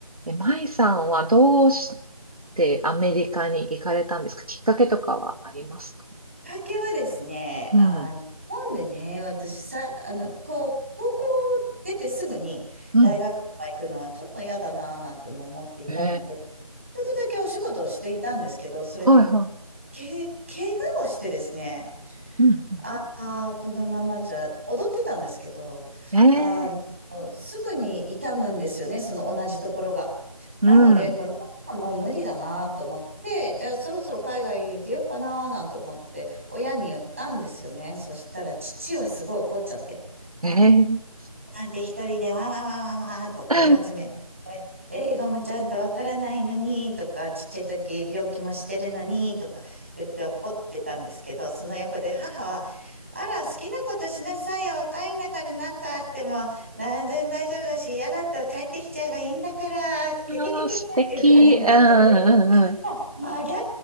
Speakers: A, on the right; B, on the right.
A: え、舞さんはどうしてアメリカに行かれたんですかきっかけとかはありますか
B: きっかけはですね、
A: うん。
B: あの、日本でね、私さ、あの、こう、高校出てすぐに大学とか行くのはちょっと嫌だなぁなんても思っていたので、
A: うん。ええ
B: ちょっとだけお仕事をしていたんですけど、それで、
A: はいは
B: け、怪我をしてですね、
A: い。うん。
B: ああ、このままじゃ、踊ってたんですけど、
A: ええ
B: あーもうすぐに痛むんですよね、その同じところが。
A: うん。
B: なので、このままもう無理だなと思って、じゃあそろそろ海外に出ようかななんて思って、親に言ったんですよね。そしたら父はすごい怒っちゃって、
A: ええ
B: なんて一人でわーわーわーわーわーっと怒り始め
A: <laughs> あ
B: 英語もちゃんとわからないのにとか、ちっちゃい時病気もしてるのにとか言って怒ってたんですけど、その横で母は、あら、好きなことしなさいよ。若いんだから何かあっても、全然大丈夫だし、嫌だったら帰ってきちゃえばいいんだから、ケケケケケっていう感じの人で、
A: ー素敵。うんうんう
B: もう真逆